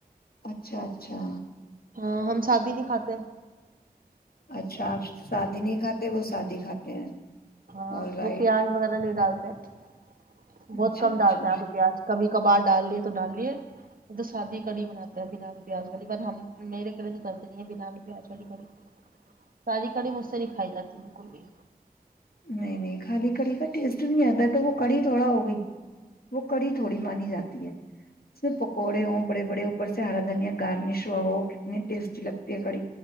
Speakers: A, on the left (about 70°); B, on the right (about 60°).
A: اچھا اچھا
B: ہاں ہم شادی نہیں کھاتے
A: اچھا آپ سادی نہیں کھاتے وہ شادی کھاتے ہیں
B: ہاں
A: آل رائٹ
B: وہ پیاز وغیرہ نہیں ڈالتا ہے بہت
A: اچھا
B: کم
A: اچھا
B: ڈالتے ہیں رو پیاز کبھی کبار ڈال لیے تو ڈال لیے تو سادی کڑی بناتے ہیں بنال پیاز والی پر ہم میرے کلے تو ڈلتے نہیں ہیں بنال پیاز والی کڑی سادی کڑی مجھ سے نہیں کھائی جاتی بالکل بھی
A: نہیں نہیں خالی کڑی کا ٹیسٹ نہیں آتا ہے تو وہ کڑی تھوڑا ہو گئی وہ کڑی تھوڑی مانی جاتی ہے اسے پکوڑے ہو بڑے بڑے اوپر چارا دھنیا گارنش ہو وہ کتنی ٹیسٹی لگتی ہے کڑی